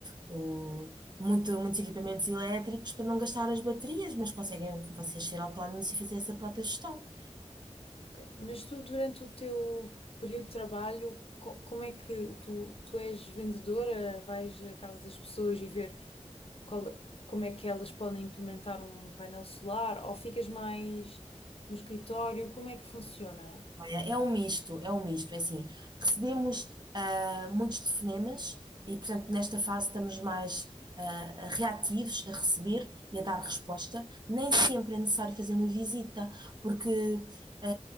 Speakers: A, on the right; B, on the left.
A: o- muito- muitos equipamentos elétricos para não gastar as baterias, mas conseguem vocês ser autónomos e fazer essa própria gestão.
B: ok. Mas tu, durante o teu período de trabalho, co- como é que tu, tu és vendedora? Vais à casa das pessoas e ver qual- como é que elas podem implementar um painel solar? Ou ficas mais no escritório? Como é que funciona?
A: Olha, é um misto, é um misto. É assim, recebemos ah, muitos telefonemas e, portanto, nesta fase estamos mais ah, reativos a receber e a dar resposta. Nem sempre é necessário fazer uma visita, porque, ah,